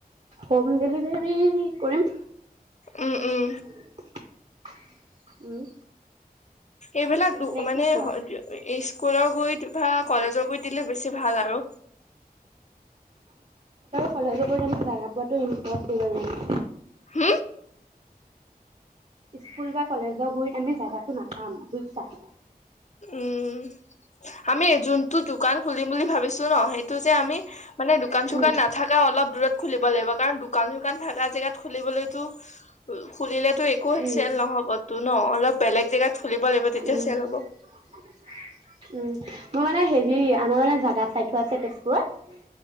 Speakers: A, on the right; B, on the left.
A: হোম ডেলিভাৰী কৰিম।
B: উম উম
A: <inaudible> উম।
B: এইবিলাক দু
A: নে
B: মানে
A: কি কোৱা
B: স্কুলৰ গৈ বা কলেজত গৈ দিলে বেছি ভাল আৰু।
A: কলেজে গৈ আমি জাগা যোৱাটো ইম্প'চিবল লাগিব।
B: হম
A: ইস্কুল বা কলেজৰ গৈ আমি জাগাটো নাপাম বুজিছা।
B: উম, আমি যোনটো দোকান খুলিম বুলি ভাবিছোঁ ন, সেইটো যে আমি মানে দোকান চোকান
A: উম
B: নাথকা অলপ দূৰত খুলিব লাগিব কাৰণ দোকান চোকান থাকা জেগাত খুলিবলৈটো খুলিলেটো একো
A: উম
B: চেল নহ'বটো ন' অলপ বেলেগ জেগাত খুলিব লাগিব তেতিয়া
A: উম
B: চেল হ'ব।
A: উম, মোৰ মানে হেৰি, আমাৰ মানে জাগা চাই থোৱা আছে তেজপুৰত।